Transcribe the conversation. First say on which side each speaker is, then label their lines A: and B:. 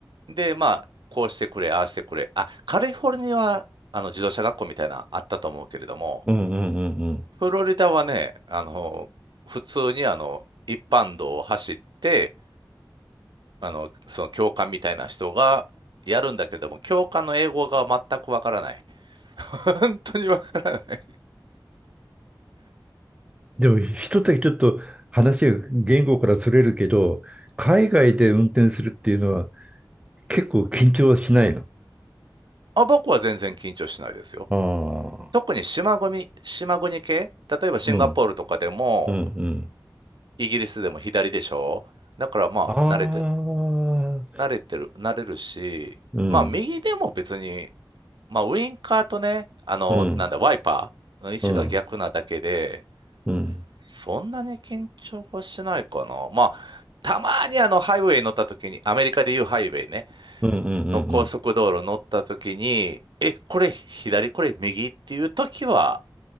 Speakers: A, on the right; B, on the right.
A: で、まあ、こうしてくれ、ああしてくれ。あ、カリフォルニアはあの自動車学校みたいなのあったと思うけれども、
B: うんうんうんうん。
A: フロリダはね、あの、普通にあの、一般道を走って、あの、その教官みたいな人がやるんだけれども、教官の英語が全くわからない。本当にわからない。
B: でも一つだけちょっと話が言語からそれるけど、海外で運転するっていうのは結構緊張はしないの。
A: あ、僕は全然緊張しないですよ。
B: ああ、
A: 特に島国、島国系、例えばシンガポールとかでも、
B: うん、うん、うん。
A: イギリスでも左でしょだからまあ、
B: ああ、
A: 慣れて、慣れてる、慣れるし、
B: うん、
A: まあ、右でも別に、まあ、ウインカーとね、あの、
B: うん、
A: なんだ、ワイパーの位置が逆なだけで、
B: うん、うん、うん、うん、
A: そんなに緊張はしないかな。まあ、たまにあの、ハイウェイ乗った時に、アメリカでいうハイウェイね。
B: うんう
A: の高速道路乗った時に、
B: ん。
A: え、これ左、これ右っていう時は、